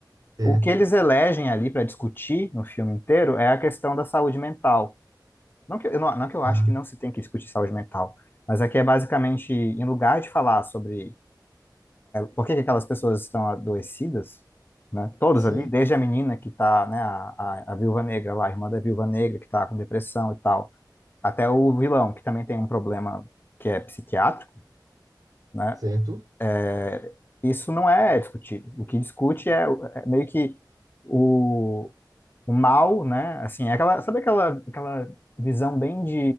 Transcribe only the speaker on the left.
O que eles elegem ali para discutir no filme inteiro é a questão da saúde mental não que, eu não, não que eu acho
que não se tem que discutir saúde mental, mas aqui é basicamente, em lugar de falar sobre por que que aquelas pessoas estão adoecidas, né, todos
ali, desde a menina que está, né, a, a, a viúva negra lá, a irmã da viúva negra que está com depressão e tal, até o vilão, que também tem um problema que é psiquiátrico, né,
é, isso não é discutido. O que discute é, é meio que o, o mal, né, assim, é aquela, sabe aquela, aquela visão bem de